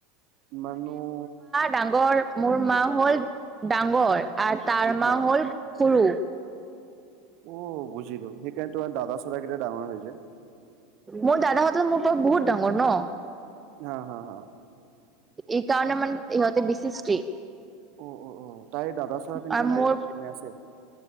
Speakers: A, on the right; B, on the right.
A: <unintelligible>
B: দাংগৰ মোৰ মা হ'ল ডাঙৰ আৰু তাৰ
A: হা
B: মা
A: হা
B: হ'ল সৰু।
A: অ', বুজিলোঁ, সেইকাৰণে তোমাৰ দাদা -চাদা কেইটা ডাঙৰ হৈ যে।
B: মোৰ দাদাহঁতে তো মোৰ পৰা বহুত ডাঙৰ ন?
A: হা-হা-হা।
B: এই কাৰণে মানে ইহতে বেছি ষ্ট্ৰিক্ট।
A: অ' অ' অ'! তাইৰ দাদা- চাদা তেনেকুৱা
B: আৰু
A: নাই
B: মোৰ
A: নে, আছে?